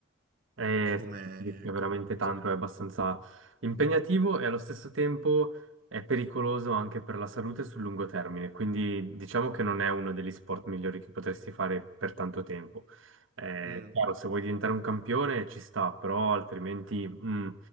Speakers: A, on the right; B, on the right.
A: Eh
B: come,
A: sì, rischia veramente
B: come cosa.
A: tanto, è abbastanza impegnativo e allo stesso tempo è pericoloso anche per la salute sul lungo termine, quindi diciamo che non è uno degli sport migliori che potresti fare per tanto tempo. Eh,
B: Mm,
A: chiaro, se vuoi diventare un campione ci sta, però altrimenti mm,